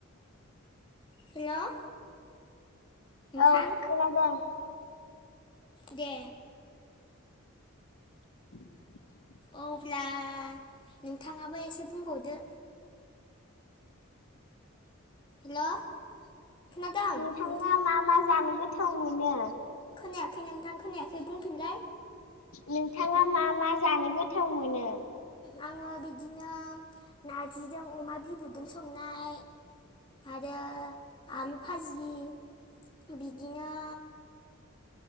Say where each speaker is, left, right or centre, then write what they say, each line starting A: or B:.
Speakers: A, on the left; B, on the left.
A: हेल'? नोंथां
B: औ खोनादों।
A: दे।
B: <inaudible>
A: अब्ला नोंथाङाबो एसे बुंबावदो। हेल'? खोनादों
B: नोंथाङा
A: नोंथां
B: मा मा जानो गोथाव मोनो?
A: खोनायाखै नोंथां खोनायाखै बुंफिनलाय?
B: नोंथाङा मा मा जानो गोथाव मोनो?
A: आङो बिदिनो नारजिजों अमा बिबुदों संनाय आरो आलु फाजि। बिदिनो